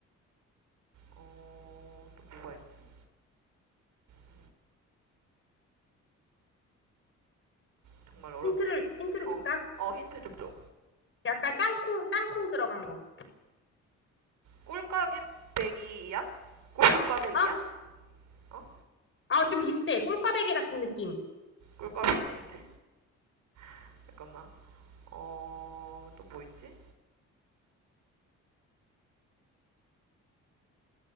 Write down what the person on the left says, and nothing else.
힌트를, 힌트를
줄까?
약간 땅콩, 땅콩 들어간 거.
어?
아, 좀 비슷해. 꿀꽈배기 같은 느낌.